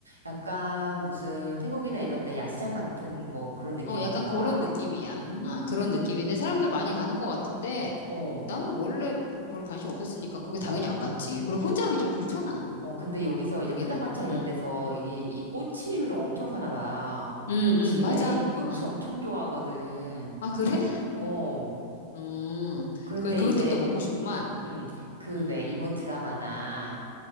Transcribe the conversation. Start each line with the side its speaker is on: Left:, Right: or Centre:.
Right: 약간 무슨 태국이나 이런 데 야시장 같은 뭐 그런 느낌인가
Left: 어, 약간 그런
Right: 봐.
Left: 느낌이야.
Right: 음.
Left: 아, 그런 느낌인데 사람들 많이 가는 것 같은데
Right: 어.
Left: 나는 원래 그- 별 관심 없었으니까 거기 당연히
Right: 어.
Left: 안 갔지. 그리고 혼자 가기 좀 그렇잖아.
Right: 어, 근데 여기서 이제
Left: 거기는.
Right: 포장마차 이런
Left: 응.
Right: 데서 이, 이 꼬치류를 엄청 파나 봐.
Left: 응, 응,
Right: 꼬치.
Left: 맞아.
Right: 내 이 꼬치
Left: 어.
Right: 엄청 좋아하거든.
Left: 아, 그래?
Right: 어.
Left: 음.
Right: 그런데
Left: 그 그것도
Right: 이제,
Left: 또 먹고 싶구만.
Right: 음, 그
Left: 응.
Right: 왜 일본 드라마나